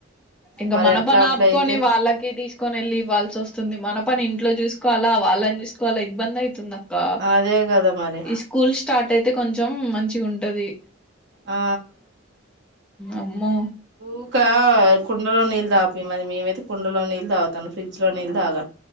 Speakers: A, in the centre; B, on the right (about 55°).
A: ఇంకా
B: మరి
A: మన
B: అట్లా
A: పని
B: అట్లా
A: ఆపుకొని
B: అయితే
A: వాళ్ళకి తీసుకు కొని ఇవ్వాల్సి వస్తుంది మన పని ఇంట్లో చూసుకోవాల్ల వాళ్ళని చూసుకోవల్ల ఇబ్బంది అయితుందా
B: అదే కదా మరి
A: ఈ స్కూల్ స్టార్ట్ అయితే కొంచెం మంచిగా ఉంటాది
B: ఆ
A: అమ్మో
B: ఊకా కుండలో నీళ్ళు తాపి మీము అయితే కుండలో నీళ్ళు తాగతాన్నం ఫ్రిజ్ లో నీళ్ళు తాగ